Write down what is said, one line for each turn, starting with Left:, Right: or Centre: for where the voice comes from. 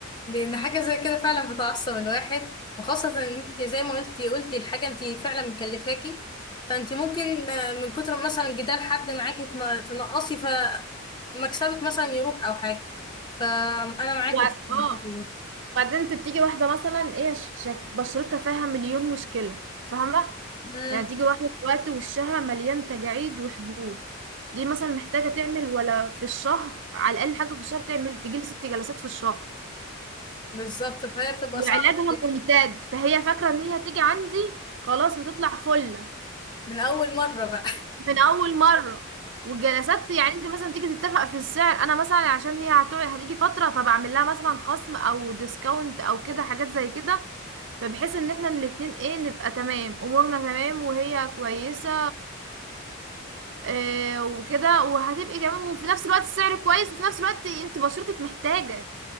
Left: لأن حاجة زي كده فعلا بتعصب الواحد وخاصة إن أنت زي ما قلتي قلتي الحاجة أنت فعلا مكلفاكي فأنت ممكن آه، من كتر مثلا جدال حد معاكي تن- تنقصي فمكسبك مثلا يروح أو حاجة فأنا معاكي
Right: وبعد-
Left: في اللي
Right: اه
Left: أنت بتقوليه.
Right: وبعدين انت بتيجي واحده مثلا ايه ش- ش- بشرتها فيها مليون مشكله فاهمه
Left: مم،
Right: يعني تيجي واحده دلوقتي وشها مليان تجاعيد وحبوب دي مثلا محتاجه تعمل ولا في الشهر على الاقل حاجه في الشهر تعمل تجيلي ست جلسات في الشهر
Left: بالظبط فهي بتبقى
Right: وعلاجها
Left: صعبة عليكي
Right: ممتد فهي فاكره ان هي هتيجي عندي خلاص هتطلع فله
Left: من أول مرة بقى <laughs>
Right: من اول مره والجلسات يعني انت مثلا تيجي تتفق في السعر انا مثلا عشان هي هتقعد هتيجي فتره فبعمل لها مثلا خصم او ديسكاونت او كده حاجات زي كده فبحيث ان احنا الاتنين ايه نبقى تمام امورنا تمام وهي كويسة إيه وكده وهتبقي جميل وفي نفس الوقت السعر كويس وفي نفس الوقت انت بشرتك محتاجة